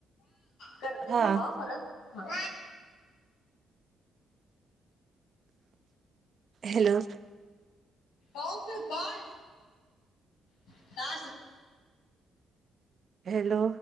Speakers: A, on the left; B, on the right.
A: करते
B: हां.
A: थांब परत ह
B: हॅलो
A: ओके बाय का असं
B: हॅलो